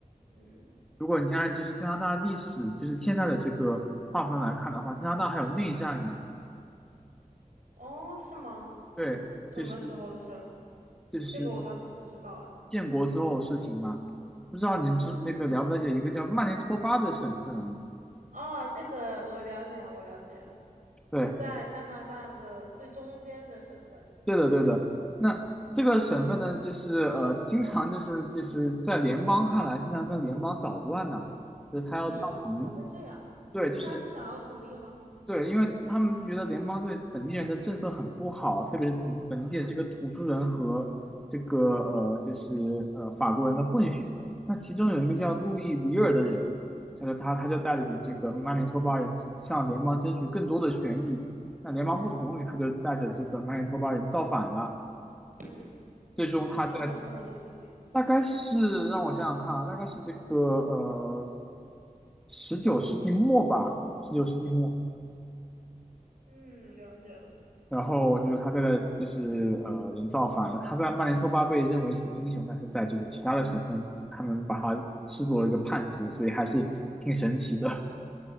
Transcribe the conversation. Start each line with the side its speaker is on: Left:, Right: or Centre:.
Right: 嗯，
Centre: 如果你按就是加拿大历史，就是现在的这个划分来看的话，加拿大还有内战呢。
Right: 哦，是吗？
Centre: 对，
Right: 什么时候的事儿？
Centre: 就是就是
Right: 这个我倒是不知道哎。
Centre: 建国之后的事情嘛。不知道你们知那个了不了解一个叫曼尼托巴的省份啊？
Right: 哦，这个我了解啊，我了解啊，是在加拿大的最中间的省份。
Centre: 对，对的，对的。那这个省份呢，就是呃，经常就是就是在联邦看来，经常跟联邦捣乱呢，就是他要闹独立。
Right: 嗯，怎么会这样？
Centre: 对，就是
Right: 他想要独立吗？
Centre: 对，因为他们就觉得联邦对本地人的政策很不好，特别是本本地的这个土著人和这个呃，就是呃法国人的混血。那其中有一个叫路易里尔的人，这个他他就带领这个曼尼托巴人向联邦争取更多的权益。那联邦不同意，他就带着这个曼尼托巴人造反了。
Right: 嗯，
Centre: 最终他在
Right: 是什么时候的事情啊？
Centre: 大概是让我想想看啊，大概是这个呃十九世纪末吧，十九世纪末。
Right: 嗯，了解了。
Centre: 然后就是他在的就是呃人造反，他在曼联托巴被认为是英雄，但是在就是其他的省份，他们把他视作一个叛徒，所以还是挺神奇的。